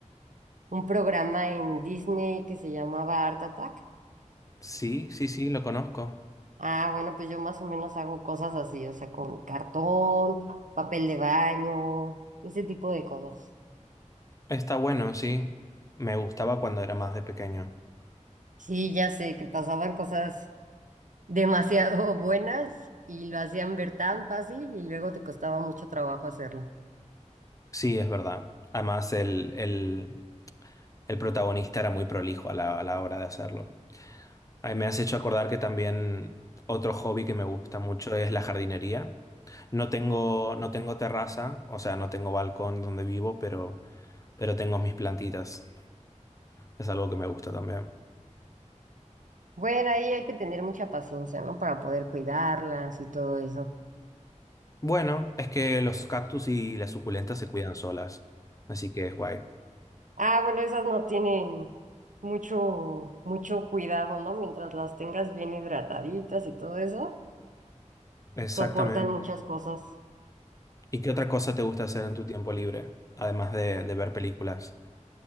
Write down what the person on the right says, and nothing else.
un programa en Disney que se llamaba Art Attack.
Ah, bueno, pues yo más o menos hago cosas así, o sea, con cartón, papel de baño, ese tipo de cosas.
Sí, ya sé que pasaban cosas. demasiado <laughs> buenas y lo hacían ver tan fácil y luego te costaba mucho trabajo hacerlo.
Bueno, ahí hay que tener mucha paciencia, ¿no? Para poder cuidarlas y todo eso.
Ah, bueno, esas no tienen mucho, mucho cuidado, ¿no? Mientras las tengas bien hidrataditas y todo eso,
soportan muchas cosas.